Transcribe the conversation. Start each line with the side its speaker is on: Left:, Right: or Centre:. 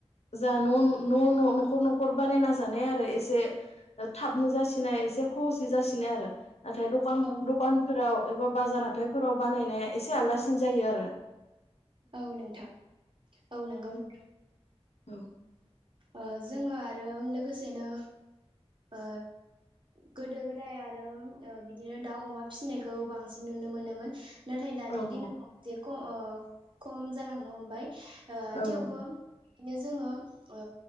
Left: जा न' न' न'खर न'खर बानायना जानाय आरो एसे थाबनो जासिननाय एसे खहसै जासिन नो आरो नाथाय दखान
Right: औ
Left: दखानफोराव एबा बाजार हा हाथायफोराव बानायनाया एसे आलदासिन सिन जायो आरो।
Right: औ नोंथां औ नंगौ नोंथां।
Left: औ
Right: ओ जोङो आरो लोगोसेनो ओ गोदो गोदाय आरो ओ बिदिनो दाउ अमा फिसिनायखौ बांसिन नुनो मोनोमोन। नाथाय दानि
Left: औ नंगौ
Right: दिनाव जे क ओ खम जालांनो हमबाय। ओ
Left: औ
Right: थेवबो
Left: नंगौ
Right: बेखायनो जोङो ओ